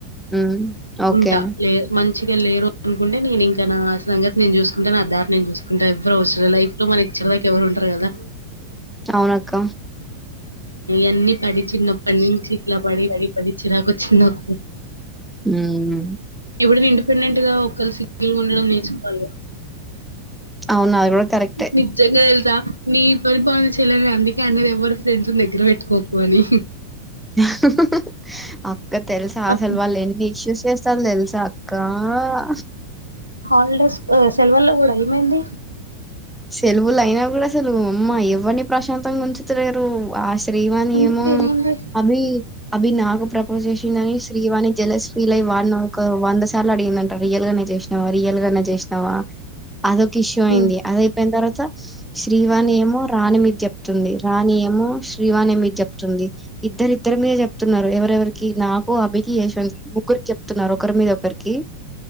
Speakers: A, in the centre; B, on the right.
A: ఉమ్ ఓకే
B: ఉంటా లేదు మంచి ఇం లేరు అనుకుంటే నేను ఇంకా నా సంగతి నేను చూసుకుంటే నా దారి నేను చూసుకుంటా ఎవ్వరు అవసర లైఫ లో మనకి ఇచ్చిన దాకా ఎవరు ఉంటారు కదా
A: అవునక్క
B: ఎన్ని పడి చిన్నప్పని చీట్లా పడి పడి పడిచ్చినకు చిరాకు
A: ఉమ్
B: ఎప్పుడునా ఇండిపెండెంట్ గా ఒక కలిసి సింగిల్ గా ఉండడం నేర్చుకోవాలి కదా
A: అవునా అది కూడా కరెక్టే
B: నిజంగా ఎ నీ పరిపాలన చేయలేని అందుకే అన్నది ఎవరి ఫ్రెండ్స్ దగ్గర పెట్టుకోకు అని
A: హహహహా ఆ అక్క తెలుసా
B: అప్
A: అసలు వాళ్ళు ఎన్ని ఇష్యూస్ చేస్తారు తెలుసా అక్క ఆ
B: హాలిడేస్ సెలవల్లో కూడా ఏమైంది
A: సెల్బుల అయినా కూడా అసలు అమ్మా ఎవరిని ప్రశాంతంగా ఉంచుతలేరు ఆ శ్రీవాణి
B: ఎందుకు
A: ఏమో
B: ఏమైంది?
A: అభి అభి నాకు ప్రపోజ్ చేసిందని శ్రీవాణి జలస్ ఫీల్ అయి వాడిన ఒక వంద సార్లు అడిగిందంట రియల్ గానే చేసినా రియల్ గానే చేసిన వా అదక ఇష్యూ
B: హ్మ్.
A: అయింది అద న తర్వాత శ్రీవాణి ఏమో రాణి మీద చెప్తుంది రాణి ఏమో శ్రీవాణి ఏమో ఇది చెప్తుంది ఇద్దరిద్దరి మీదే చెప్తున్నారు ఎవరెవరి నాకు అభికి యశ్వంత్ కి ఒకరు చెప్తున్నారు ఒకరి మీద ఒకరికి